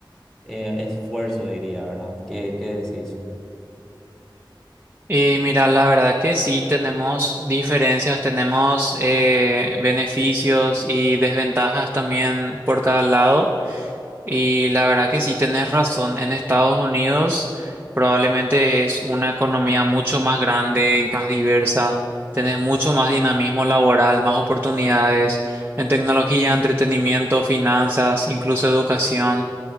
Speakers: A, in the centre; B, on the right.
A: eh, esfuerzo, diría, ¿verdad? ¿Qué, qué decís?
B: Y mira, la verdad que sí tenemos diferencias, tenemos eh, beneficios y desventajas también por cada lado. Y la verdad que sí tenés razón. En Estados Unidos probablemente es una economía mucho más grande y más diversa. Tenés mucho más dinamismo laboral, más oportunidades en tecnología, entretenimiento, finanzas, incluso educación.